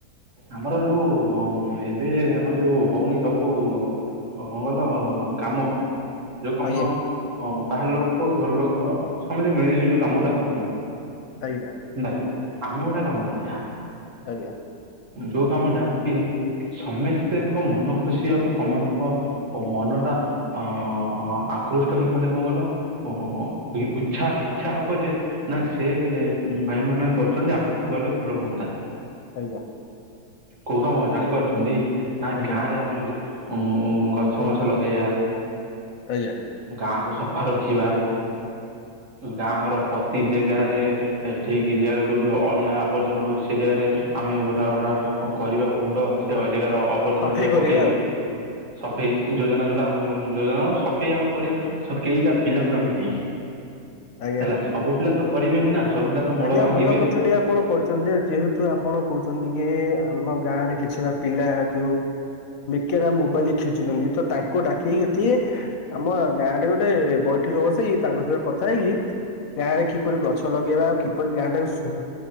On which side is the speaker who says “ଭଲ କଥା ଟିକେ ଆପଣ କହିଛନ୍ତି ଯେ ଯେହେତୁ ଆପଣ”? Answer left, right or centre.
Left